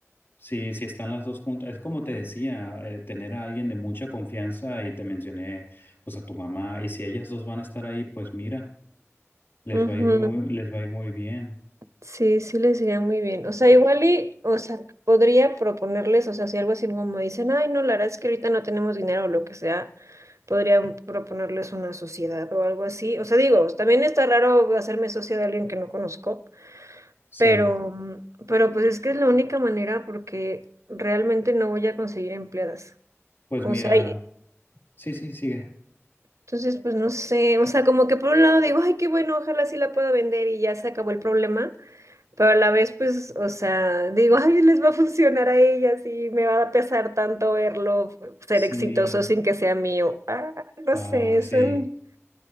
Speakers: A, on the left; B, on the right.
A: Sí, sí están las dos juntas. Es como te decía, eh, tener a alguien de mucha confianza y te mencioné pues a tu mamá y si ellas dos van a estar ahí, pues mira, les
B: Ujú,
A: va a ir muy, les va a ir muy bien.
B: Sí, sí les iría muy bien. O sea, igual y, o sea, podría proponerles, o sea, si algo así como me dicen, ay, no, la verdad es que ahorita no tenemos dinero o lo que sea, podría proponerles una sociedad o algo así. O sea, digo, también está raro hacerme socia de alguien que no conozco,
A: Sí,
B: pero, mm, pero pues es que es la única manera porque realmente no voy a conseguir empleadas.
A: pues
B: O
A: mira,
B: sea, y-
A: sí, sí, sigue.
B: Entonces, pues no sé, o sea, como que por un lado digo, ay, qué bueno, ojalá sí la pueda vender y ya se acabó el problema, pero a la vez, pues, o sea, digo, ay, les va a funcionar a ellas y me va a pesar tanto verlo ser
A: Sí,
B: exitoso sin que sea mío. Ah, no
A: ay,
B: sé, es
A: sí.
B: un,